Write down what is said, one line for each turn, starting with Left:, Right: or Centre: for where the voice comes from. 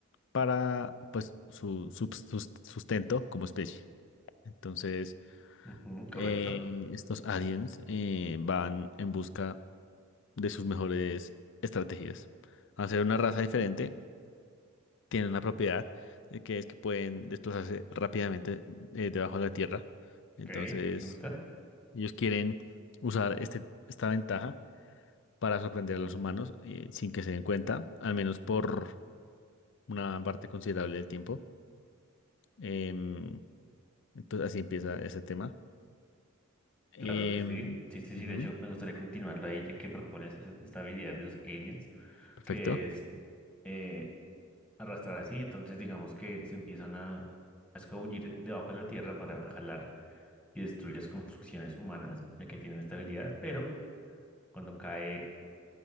Left: para pues su subs- sus- sustento como especie. Entonces,
Centre: Ujú, correcto.
Left: eh, estos aliens eh, van en busca de sus mejores estrategias. Hacer una raza diferente tienen una propiedad eh, que es que pueden desplazarse rápidamente eh, debajo de la tierra. Entonces,
Centre: Ok, me gusta.
Left: ellos quieren usar este, esta ventaja para sorprender a los humanos eh, sin que se den cuenta, al menos por una parte considerable del tiempo. Em, entonces, así empieza ese tema.
Centre: Claro
Left: Em,
Centre: que sí. Sí, sí,
Left: ujú,
Centre: sí. De hecho, me gustaría continuarlo ahí, ya que propones esa- esta habilidad de los aliens,
Left: perfecto.
Centre: que es eh, arrastrar así. Entonces, digamos que se empiezan a, a escabullir debajo de la tierra para jalar y destruir las construcciones humanas, ya que tienen esta habilidad. Pero cuando cae